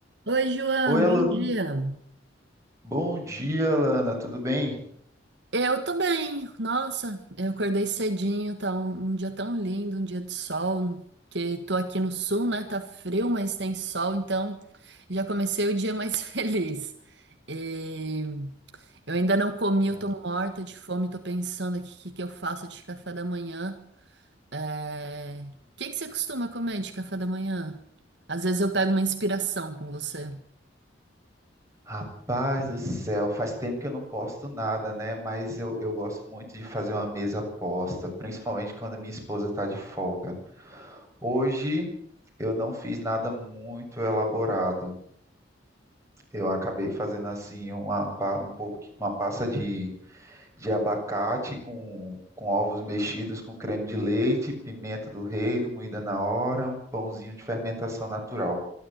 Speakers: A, on the right; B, on the right.
A: Oi, João,
B: Oi, Alana.
A: bom dia.
B: Bom dia, Alana. Tudo bem?
A: Eu tô bem, nossa, eu acordei cedinho, tá um, um dia tão lindo, um dia de sol, que tô aqui no sul, né? Tá frio, mas tem sol, então já comecei o dia mais <laughs> feliz. E eu ainda não comi,
B: Nossa.
A: eu tô morta de fome, tô pensando aqui o que que eu faço de café da manhã. É... O que que você costuma comer de café da manhã? Às vezes eu pego uma inspiração com você.
B: Rapaz do céu, faz tempo que eu não posto nada, né? Mas eu, eu gosto muito de fazer uma mesa posta, principalmente quando a minha esposa está de folga. Hoje eu não fiz nada muito elaborado. Eu acabei fazendo assim uma, pa- um pouqui- uma pasta de, de abacate com, com ovos mexidos com creme de leite, pimenta do reino, moída na hora, um pãozinho de fermentação natural.